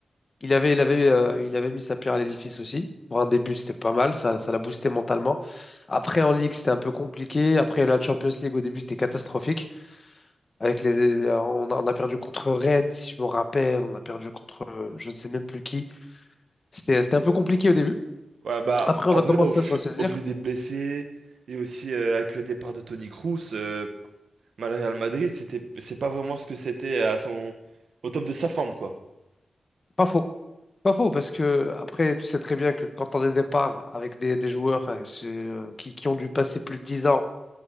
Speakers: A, on the left; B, on the right.
A: Il avait, il avait, euh, il avait mis sa pierre à l'édifice aussi. Pour un début, c'était pas mal. Ça, ça l'a boosté mentalement. Après, en Ligue, c'était un peu compliqué. Après, la Champions League, au début, c'était catastrophique. Avec les, les- on a, on a perdu contre Rennes, si je me rappelle. On a perdu contre euh, je ne sais même plus qui. C'était, c'était un peu compliqué au début.
B: Ouais, bah,
A: Après,
B: en
A: on a
B: vrai,
A: commencé
B: au, fu-
A: à se ressaisir.
B: au vu des blessés et aussi euh, avec le départ de Toni Kroos, euh, bah, le Real Madrid, c'était, c'est pas vraiment ce que c'était à son, au top de sa forme, quoi.
A: Pas faux. Pas faux, parce que après, tu sais très bien que quand on a des départs avec des, des joueurs euh, c'est, euh, qui, qui ont dû passer plus de 10 ans.